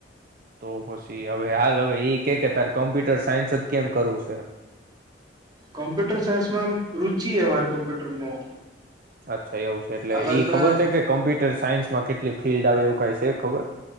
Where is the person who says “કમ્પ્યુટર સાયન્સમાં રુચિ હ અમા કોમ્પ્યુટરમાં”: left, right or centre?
Right